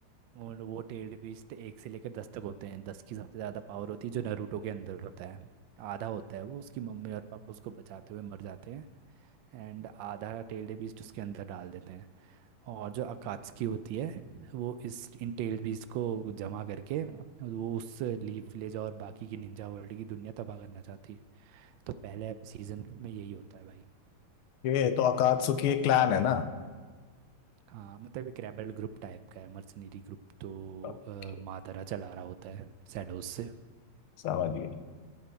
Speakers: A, on the right (about 75°); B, on the left (about 80°).
A: और वो टेल्ड बीस्ट एक से लेकर दस तक होते हैं दस की सबसे ज़्यादा पावर होती है जो नारुतो के अंदर होता है आधा होता है वो उसकी मम्मी और पापा उसको बचाते हुए मर जाते हैं एंड आधा टेल्ड बीस्ट उसके अंदर डाल देते हैं और जो अकात्सुकी होती है वो इस इन टेल्ड बीस्ट को जमा करके वो उस लीफ विलेज और बाकी की निंजा वर्ल्ड की दुनिया तबाह करना चाहती है तो पहले सीजन में यही होता है भाई
B: ओके तो अकात्सुकी एक क्लैन है ना
A: हाँ मतलब एक रेबल ग्रुप टाइप का है मर्सनरी ग्रुप तो
B: ओके,
A: अ, मादारा चला रहा होता है शैडोज से
B: समझ गया